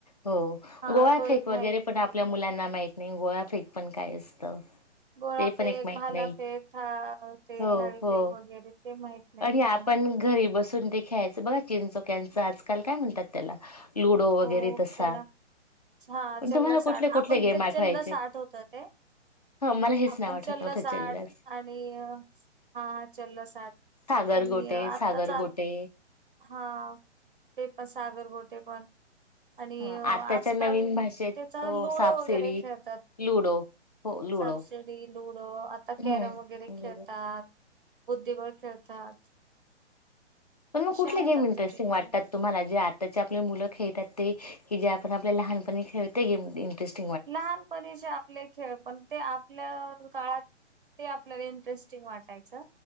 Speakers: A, on the left (about 35°); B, on the right (about 50°).
A: हो.
B: हा
A: गोळाफेक
B: तो एक
A: वगैरे
B: माहित
A: पण
B: नाहीये.
A: आपल्या मुलांना माहत नाही. गोळाफेक पण काय असतं?
B: गोळाफेक,
A: ते पण एक माहित
B: भालाफेका,
A: नाही
B: ते
A: हो
B: थाळीफेक
A: हो
B: वगैरे. ते माहित नाही
A: आणि
B: त्यांना.
A: आपण घरी बसून ते ख्यायचं बघा चिंचोक्यांचं आजकाल काय म्हणतात त्याला लुडो वगैरे
B: हो
A: तसा.
B: त्याला हा
A: पण
B: चल्ल
A: तुम्हाला कुठले
B: साठ
A: कुठले
B: आपण
A: गेम
B: ते
A: आठवायचे
B: चल्ल साठ होत ते.
A: ह मला हेच
B: आपण
A: नाव आठवत
B: चललस
A: नव्हतं चल्लस
B: आठ आणि हा चललस आठ.
A: सागर
B: आणि
A: गोटे
B: आता
A: सागर
B: चाल.
A: गोटे
B: हा ते पण सागरगोठे पण. आणि
A: ह आताच्या
B: आजकाल
A: नवीन भाषेत
B: त्याचा
A: तो
B: लुडो
A: सापसिडी,
B: वगैरे खेळतात.
A: लुडो हो लुडो
B: सापसिडी लुडो आता
A: हम्म
B: कॅरम वगैरे खेळतात.
A: लुडो
B: बुद्धिबळ खेळतात.
A: पण मग
B: असे
A: कुठले
B: आहेत
A: गेम
B: आत्ताचे
A: इंटरेस्टिंग
B: खेळ.
A: वाटतात तुम्हाला जे आताचे आपले मुलं खेळतात ते की जे आपण. लहानपण खेळते गेम इंटरेस्ट.
B: लहानपणी जे आपले खेळ पण ते आपल्या काळात ते आपल्याला इंटरेस्टिंग वाटायचं..